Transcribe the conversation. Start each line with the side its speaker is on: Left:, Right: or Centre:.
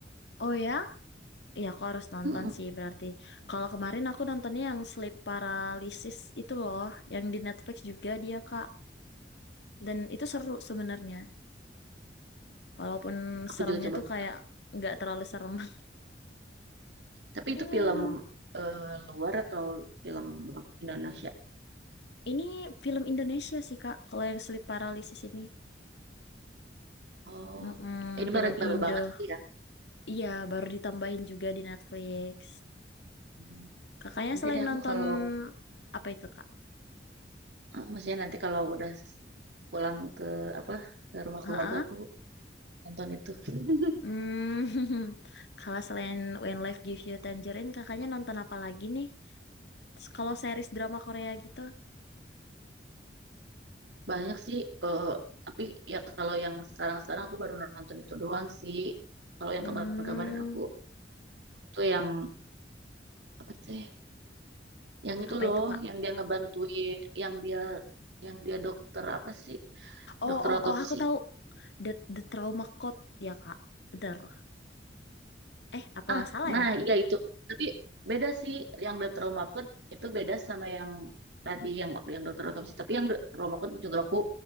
Left: Oh ya? Iya, aku harus nonton
Right: Mm-mm.
Left: sih berarti. Kalau kemarin aku nontonnya yang Sleep Paralysis itu loh, yang di Netflix juga dia, Kak. Dan itu seru sebenarnya. Walaupun
Right: Aku
Left: seremnya
Right: juga coba.
Left: tuh
Right: nonton.
Left: kayak nggak terlalu serem. <laughs>
Right: Tapi
Left: Hmm.
Right: itu film eh, luar atau film Indonesia?
Left: Ini film Indonesia sih Kak, kalau yang sleep paralysis ini.
Right: Oh,
Left: Mm-mm,
Right: ini
Left: film
Right: baru
Left: Indo.
Right: baru banget lagi ya.
Left: Iya, baru ditambahin juga di Netflix.
Right: Hmm.
Left: Kakaknya
Right: Nanti
Left: selain
Right: deh aku
Left: nonton
Right: kalau
Left: apa itu, Kak?
Right: eh, maksudnya nanti kalau udah s- pulang ke apa ke rumah
Left: Heeh.
Right: keluarga aku nonton itu. <laughs>
Left: Hmm. <laughs> Kalau selain When Life Gives You Tangerine, kakaknya nonton apa lagi nih? Terus kalau series drama Korea gitu.
Right: Banyak sih, eh, tapi ya kalau yang sekarang-sekarang aku baru nonton itu doang sih. Kalau
Left: Hmm,
Right: yang kemarin-kemarin aku tuh yang apa sih? Yang itu
Left: apa
Right: loh,
Left: itu, Kak?
Right: yang dia ngebantuin, yang dia yang dia dokter apa sih? Dokter
Left: Oh, oh,
Right: otopsi.
Left: oh, aku tahu. The The Trauma Code ya, Kak. Benar. Eh, apa
Right: Ah,
Left: salah
Right: nah
Left: ya?
Right: iya itu. Tapi beda sih yang dokter trauma code itu beda sama yang tadi yang yang dokter otopsi. Tapi yang The trauma code juga aku